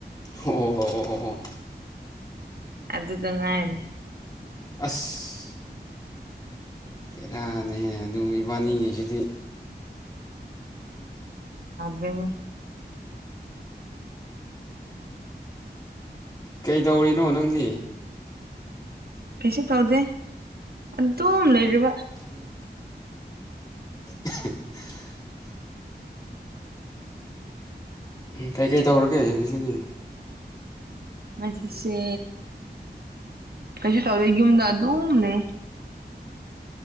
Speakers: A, on the left (about 20°); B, on the right (about 60°).
A: ꯑꯣ ꯑꯣ ꯑꯣ ꯑꯣ ꯑꯣ
B: ꯑꯗꯨꯗ ꯉꯥꯏꯔꯦ
A: ꯑꯁ ꯕꯦꯔꯥꯅꯍꯦ ꯑꯗꯨ ꯏꯕꯥꯅꯤꯉꯩꯁꯤꯗꯤ
B: ꯭ꯔꯦꯅꯦ
A: ꯀꯩꯗꯧꯔꯤꯅꯣ ꯅꯪꯗꯤ
B: ꯀꯩꯁꯨ ꯇꯧꯗꯦ ꯑꯗꯨꯝ ꯂꯩꯔꯤꯕ
A: ꯎꯝ <inaudible> ꯀꯩꯀꯩ ꯇꯧꯔꯒꯦ ꯉꯁꯤꯗꯤ
B: ꯑꯁꯤ ꯁꯦ ꯀꯩꯁꯨ ꯇꯧꯗꯦ ꯌꯨꯝꯗ ꯑꯗꯨꯝꯅꯦ